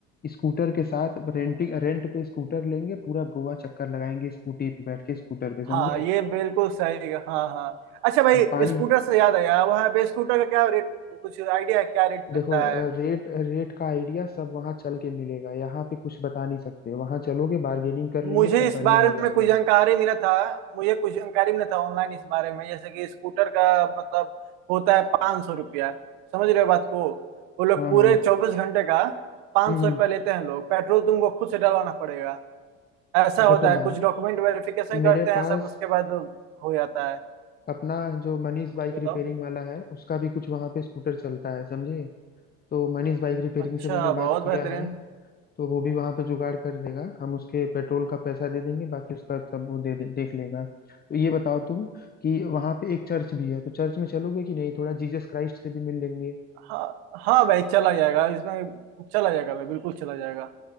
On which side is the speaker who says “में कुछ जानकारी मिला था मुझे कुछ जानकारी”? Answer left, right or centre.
Right